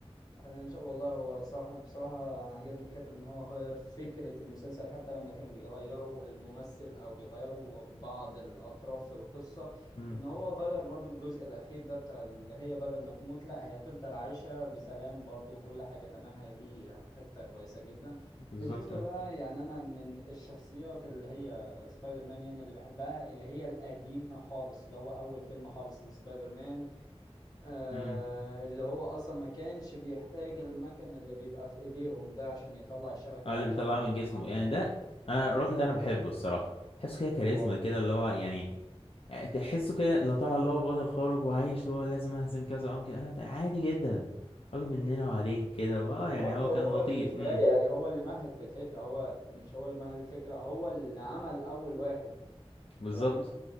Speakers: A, on the left; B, on the left.
A: انا ان شاء والله هو صاحب بصراحه انا عجبني الكاتب ان هو غير فكره المسلسل حتى لما كانوا بيغيروا الممثل او بيغيروا بعض الاطراف في القصه
B: امم
A: ان هو غير برضو الجزء الاخير ده بتاع اللي هي بدل ما تموت لا هي هتفضل عايشه بسلام برضو وكل حاجه تمام هي دي حته كويسه جدا
B: بالظبط
A: بالنسبه
B: اه
A: بقى يعني انا من الشخصيات اللي هي سبايدر مان يعني اللي بحبها اللي هي القديمه خالص اللي هو اول فيلم خالص سبايدر مان آه
B: مم.
A: اللي هو اصلا ما كانش بيحتاج المكن اللي بيبقى في ايديهم ده عشان يطلع الشبكة
B: اه
A: لا
B: اللي
A: ده
B: بيطلعه
A: كان
B: من
A: بيطلع
B: جسمه
A: من-
B: يعني ده
A: بالظبط
B: انا الراجل ده انا بحبه
A: ده
B: الصراحه تحسه كده كاريزما
A: والله
B: كده اللي هو يعني آه، تحسه كده لا طالع اللي هو بطل خارج وعايش اللي هو لازم اهزم كذا وعم كده لا، ده عادي جدا راجل مننا وعليك كده واه
A: وبرضه
B: يعني هو
A: هو
B: كان لطيف
A: اللي بداية
B: امم
A: يعني هو اللي مهد للفكرة هو مش هو اللي مهد للفكرة هو اللي عمل اول واحد
B: بالظبط
A: فاهم